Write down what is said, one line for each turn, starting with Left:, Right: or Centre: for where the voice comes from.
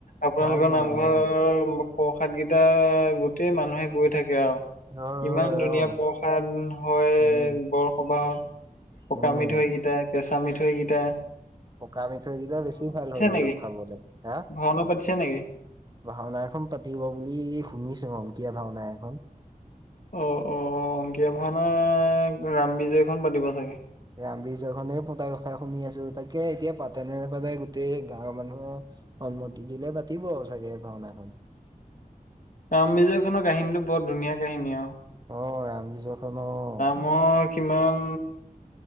Left: আপোনালোকৰ
Right: ভাল বনাই
Left: নামঘৰ
Right: অ
Left: প্ৰসাদ কেইটা গোটেই মানুহে গৈ থাকে আৰু
Right: হয়
Left: ইমান
Right: হয়
Left: ধুনীয়া
Right: অ
Left: প্ৰসাদ। প্ৰসাদ হয়
Right: উম
Left: বৰসবাহত পকা
Right: উম
Left: মিঠৈকেইটাক কেচা মিঠৈকেইটা।
Right: পকা আামি থৈ বেছি ভাল হয় অলপ
Left: নেকি?
Right: খাবলৈ হা?
Left: ভাওনা পাতিছে নেকি?
Right: ভাওনা এখন পাতিব বুলি শুনিছো অংকীয়া ভাওনা এখন।
Left: অ', অ' অংকীয়া ভানা ৰাম বিজয়খন পাতিব চাগে।
Right: ৰামবিজয় খনে পতাৰ কথা শুনি আছো তাকে এতিয়া পাতে নে নেপাতে গোটেই গাঁৱৰ মানুহৰ সন্মতি দিলে পাতিব আৰু চাগে ভাওনাখন।
Left: ৰাম বিজয় খনৰ কাহিনীটো বৰ ধুনীয়া কাহিনী আৰু
Right: অ' ৰামজিজখন অ'।
Left: মই কিমান